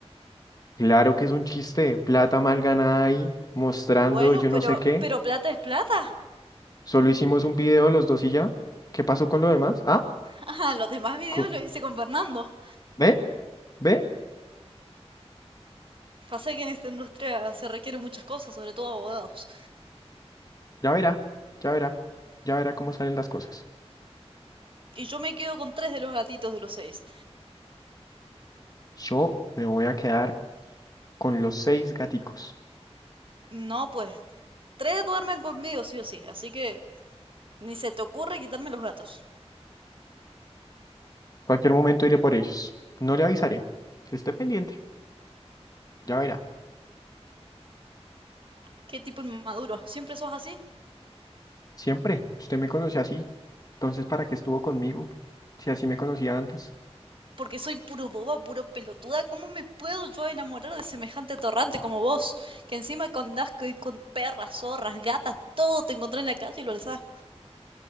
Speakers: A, on the left (about 35°); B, on the right (about 50°).
A: Claro que es un chiste, plata mal ganada ahí, mostrando
B: Bueno,
A: yo no
B: pero,
A: sé qué.
B: pero plata es plata. <laughs>
A: Solo hicimos un video los dos y ya. ¿Qué pasó con lo demás? ¿Ah?
B: Ah, los demás videos
A: co-
B: los hice con Fernando.
A: ¿Ve? ¿Ve?
B: Pasa que en esta industria se requieren muchas cosas, sobre todo abogados.
A: Ya verá, ya verá, ya verá cómo salen las cosas.
B: Y yo me quedo con tres de los gatitos de los seis.
A: Yo me voy a quedar con los seis gaticos.
B: No, pues, tres duermen conmigo, sí o sí. Así que ni se te ocurre quitarme los gatos.
A: Cualquier momento iré por ellos. No le avisaré. Esté pendiente, ya verá.
B: Qué tipo inmaduro. ¿Siempre sos así?
A: Siempre, usted me conoció así. Entonces, ¿para qué estuvo conmigo? Si así me conocía antes,
B: Porque soy puro boba, puro pelotuda. ¿Cómo me puedo yo enamorar de semejante torrante como vos? Que encima con asco y con perras, zorras, gatas, todo te encontré en la calle y lo alzás.